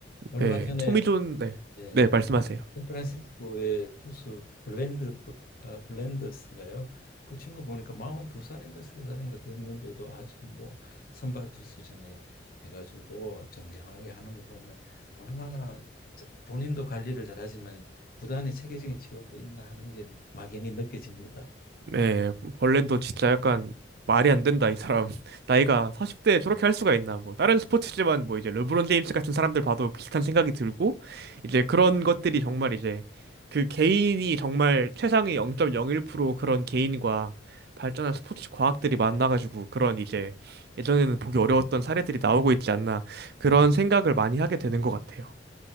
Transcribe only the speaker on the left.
얼마
전에
예,
샌프란시스코의 투수 블랜드 아, 블랜더스인가요? 그 친구 보니까 42살인가 3살인가 됐는데도 아직 뭐 선발 투수진에 해가지고 정정하게 하는 거 보면 얼마나 자- 본인도 관리를 잘하지만 구단의 체계적인 지원도 있나 하는 게 막연히 느껴집니다.